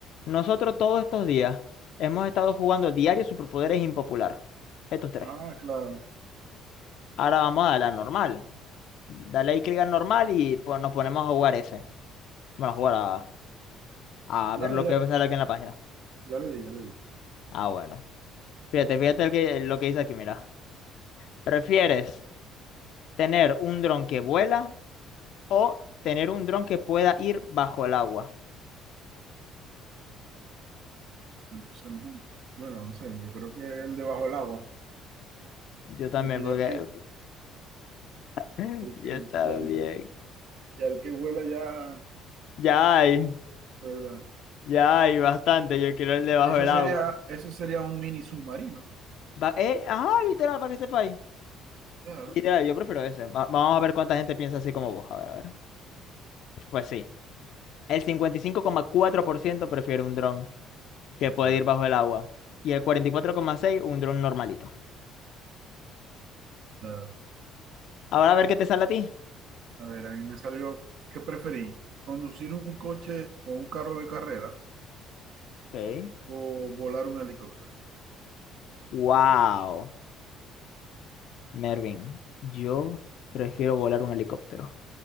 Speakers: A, on the left; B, on the right.
A: Nosotros todos estos días hemos estado jugando diario superpoderes impopular, estos tres.
B: Ah, claro.
A: Ahora vamos a la normal. Dale ahí clic al normal y pues, nos ponemos a jugar ese. Bueno, a jugar a, a
B: Dale,
A: ver lo
B: ya,
A: que sale aquí en la página.
B: ya le di, ya le di.
A: Ah, bueno. Fíjate, fíjate el que- lo que dice aquí, mira. ¿Prefieres tener un dron que vuela o tener un dron que pueda ir bajo el agua?
B: Entonces no es un. Bueno, no sé, yo creo que el debajo del agua.
A: Yo también,
B: Porque
A: porque
B: ya el que,
A: <laughs>
B: porque
A: yo también.
B: ya el, ya el que vuela ya,
A: Ya hay,
B: ¿verdad?
A: ya hay bastante. Yo quiero el de bajo
B: Eso
A: el
B: sería,
A: agua.
B: eso sería un mini submarino.
A: Va- eh, ajá, literal, para que sepáis.
B: Claro.
A: Literal, yo prefiero ese. Va- vamos a ver cuánta gente piensa así como vos. A ver, a ver. Pues sí. El cincuenta y cinco coma cuatro por ciento prefiere un dron que puede
B: Claro,
A: ir bajo el agua. Y el 44,6% un dron normalito.
B: claro.
A: Ahora a ver qué te sale a ti.
B: A ver, a mí me salió, ¿qué preferí? ¿Conducir un coche o un carro de carreras
A: Ok.
B: o volar un helicóptero?
A: Wow. Mervin, yo prefiero volar un helicóptero.